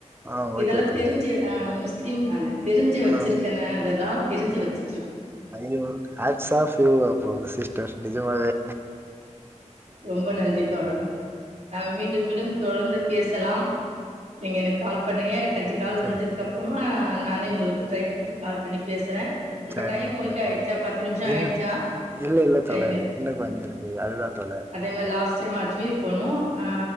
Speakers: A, on the right; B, on the right.
A: ஆ
B: இதெல்லாந்
A: ஓகே தோழர்
B: தெரிஞ்சு அ முஸ் கிம் நானு தெரிஞ்சு வெச்சுருக்கன
A: ஆ
B: அதெல்லா தெரிஞ்சு வெச்ச
A: ஐயோ ஹாட் சாஃப் உம் அப்போ சிஸ்டர் நிஜமாவே
B: ரொம்ப நன்றி தோழா நாம மீண்டும் மீண்டும் தொடர்ந்து பேசலாம் நீங்க எனக் கால் பண்ணுங்க எனக் அஞ்சு கால்
A: சரி
B: முடிஞ்சதுக்கப்றமா நானே உங்களுக்கு ட்ரை பண்ணி கால் பண்ணி பேசுறே இப்ப
A: சேரிங்க
B: டைம்
A: தார்
B: ஓகே ஆயிடுச்சா பத்து நிமிஷோ
A: இல்ல
B: ஆயிடுச்சா
A: இல்ல இல்ல தோழர்
B: டைம்
A: இன்னுங் கொஞ்சொ இருக்கு அதுதா தோழர்
B: நம்ம லாஸ்ட் டைம் அஜ்வீர் போனோ ஆ